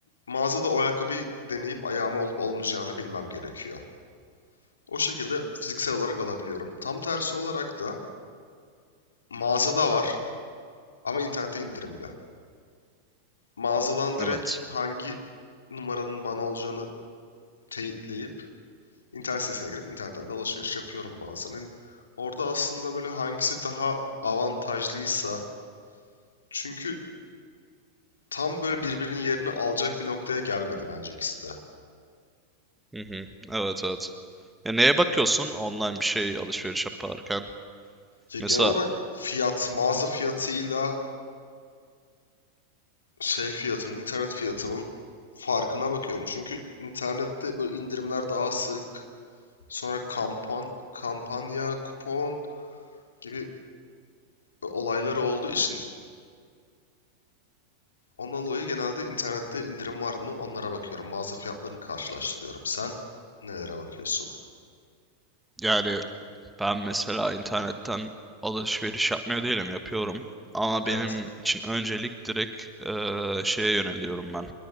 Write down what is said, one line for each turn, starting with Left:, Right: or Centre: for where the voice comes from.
Left: mağazada o ayakkabıyı deneyip ayağıma olup olmayacağını bilmem gerekiyor. O şekilde fiziksel olarak alabiliyorum. Tam tersi olarak da mağazada var ama internette indirimli. Mağazadan direkt
Centre: Evet.
Left: hangi numaranın bana olacağını teyitleyip internet sitesine girip internetten de alışveriş yapıyorum bazen. Hani orada aslında böyle hangisi daha avantajlıysa çünkü tam böyle birbirinin yerini alacak bir noktaya gelmedi bence ikisi de.
Centre: Hı hı. Evet evet. Ya neye bakıyorsun online bir şey alışveriş yaparken?
Left: Ya
Centre: Mesela
Left: genel olarak fiyat, mağaza fiyatıyla şey fiyatının, internet fiyatının farkına bakıyorum. Çünkü internette böyle indirimler daha sık, sonra kampan kampanya, kupon gibi olayları olduğu için ondan dolayı genelde internette indirim var mı onlara bakıyorum. Mağaza fiyatlarını karşılaştırıyorum. Sen nelere bakıyorsun?
Centre: yani ben mesela internetten alışveriş yapmıyor değilim yapıyorum. Ama
Left: Evet.
Centre: benim için öncelik direkt eee, şeye yöneliyorum ben.